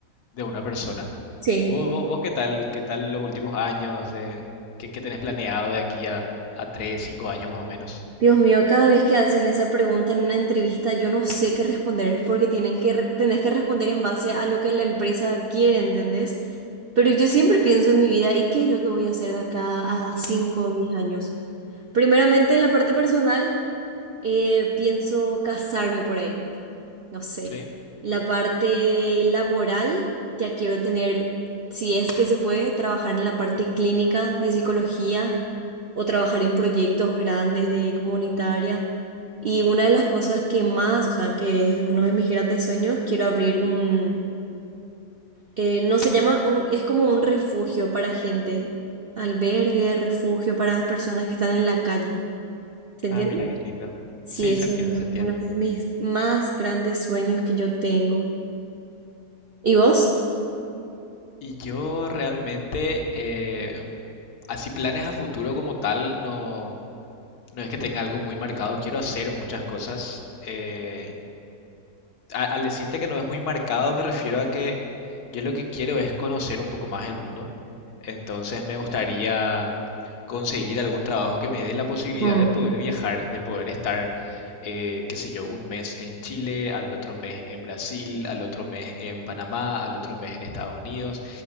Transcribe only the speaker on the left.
de una persona.
¿Vos, vos, vos qué tal? ¿Qué tal los últimos años de qué, qué tenés planeado de aquí a, a 3 5 años más o menos?
¿Sí?
Ah, mira qué lindo.
Sí,
se entiende,
se entiende.
Y yo realmente, eh, Así planes a futuro como tal, no, no es que tenga algo muy marcado. Quiero hacer muchas cosas. Eh, a- al decirte que no es muy marcado, me refiero a que yo lo que quiero es conocer un poco más el mundo. Entonces me gustaría conseguir algún trabajo que me dé la posibilidad
de poder viajar, de poder estar, eh, qué sé yo, un mes en Chile, al otro mes en Brasil, al otro mes en Panamá, al otro mes en Estados Unidos.